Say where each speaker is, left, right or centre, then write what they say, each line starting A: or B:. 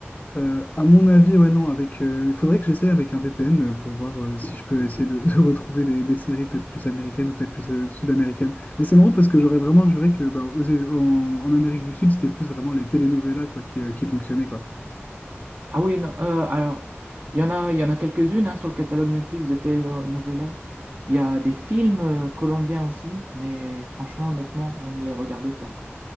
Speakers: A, on the left (about 30°); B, on the right (about 45°).
A: Euh, à mon avis, ouais, non, avec, euh, il faudrait que j'essaie avec un VPN euh, pour voir euh, si je peux essayer de, <laughs> de retrouver des, des séries peut-être plus américaines ou peut-être plus euh, sud-américaines. Mais c'est marrant parce que j'aurais vraiment juré que bah, aux- en, en Amérique du Sud, c'était plus vraiment les telenovelas quoi, qui, euh, qui fonctionnaient, quoi.
B: Ah oui, non, euh, alors il y en a, il y en a quelques-unes hein, sur le catalogue Netflix de telenovela. Il y a des films euh, colombiens aussi, mais franchement, honnêtement, on ne les regarde pas.